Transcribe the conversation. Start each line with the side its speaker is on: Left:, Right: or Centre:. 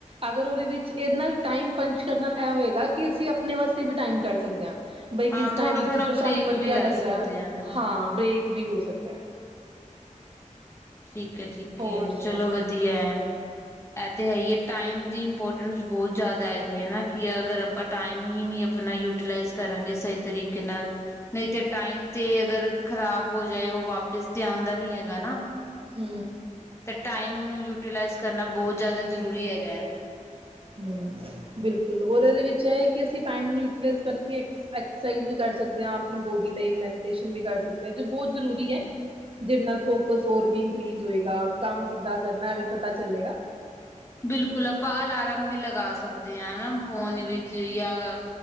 Right: ਅਗਰ ਉਹਦੇ ਵਿੱਚ ਇਹਦੇ ਨਾਲ ਟਾਈਮ ਪੰਚ ਕਰਨ ਨਾਲ ਇਹ ਹੋਏਗਾ ਕਿ ਅਸੀਂ ਆਪਣੇ ਵਾਸਤੇ ਵੀ ਟਾਈਮ ਕੱਢ ਸਕਦੇ ਆ। ਬਾਈ
Left: ਹਾਂ
Right: ਕਿਸ
Left: ਥੋੜਾ
Right: ਟਾਈਮ ਵਿੱਚ
Left: ਥੋੜਾ
Right: ਜੋ
Left: ਬ੍ਰੇਕ
Right: ਸਾਨੂੰ ਵਧੀਆ
Left: ਵੀ ਲੈ
Right: ਲੱਗਦਾ
Left: ਸਕਦੇ ਆ ਨਾ
Right: ਹਾਂ ਬ੍ਰੇਕ ਵੀ ਹੋ ਸਕਦਾ।
Left: ਠੀਕ ਠੀਕ
Right: ਹੋਰ ਸੁਣਾਓ
Left: ਚਲੋ ਵਧੀ, ਆ ਏ ਤਾਂ ਹੈਈ ਐ ਟਾਈਮ ਦੀ ਇੰਪੋਰਟੈਂਸ ਬਹੁਤ ਜ਼ਿਆਦਾ। ਹੈਗੀ ਆ ਨਾ ਕਿ ਅਗਰ
Right: ਹਮ
Left: ਆਪਾਂ ਟਾਈਮ ਹੀ ਨੀ ਆਪਣਾ ਯੂਟੀਲਾਈਜ਼ ਕਰਾਂਗੇ ਸਹੀ ਤਰੀਕੇ ਨਾਲ ਨਹੀਂ ਤੇ ਟਾਈਮ ਤੇ ਅਗਰ ਖ਼ਰਾਬ ਹੋ ਜਾਏ ਉਹ ਵਾਪਿਸ ਤੇ ਆਂਦਾ ਨੀ ਹੈਗਾ ਨਾ।
Right: ਹੂੰ,
Left: ਤੇ ਟਾਈਮ ਨੂੰ ਯੂਟੀਲਾਈਜ਼ ਕਰਨਾ ਬਹੁਤ ਜ਼ਿਆਦਾ ਜ਼ਰੂਰੀ ਹੈਗਾ।
Right: ਹੂੰ, ਬਿਲਕੁਲ ਔਰ ਇਹਦੇ ਵਿੱਚ ਇਹ ਕਿ ਅਸੀਂ ਟਾਈਮ ਯੂਟੀਲਾਈਸ ਕਰਕੇ ਐਕਸਰਸਾਈਜ਼ ਵੀ ਕਰ ਸਕਦੇ ਆ ਆਪਣੀ ਬੋਡੀ ਲਈ ਮੈਡੀਟੇਸ਼ਨ ਵੀ ਕਰ ਸਕ ਹਾਂ ਜੋ ਬਹੁਤ ਜ਼ਰੂਰੀ ਐ। ਜਿਦੇ ਨਾਲ ਫੋਕਸ ਹੋਰ ਵੀ ਇੰਕਰੀ ਹੋਏਗਾ ਕੰਮ ਕਿੱਦਾਂ ਕਰਨਾ ਵੀ ਪਤਾ ਚੱਲੇਗਾ।
Left: ਬਿਲਕੁਲ ਆਪਾਂ ਅਲਾਰਮ ਵੀ ਲਗਾ ਸਕਦੇ ਆ ਹਨਾ ਫੋਨ ਵਿੱਚ ਜਾਂ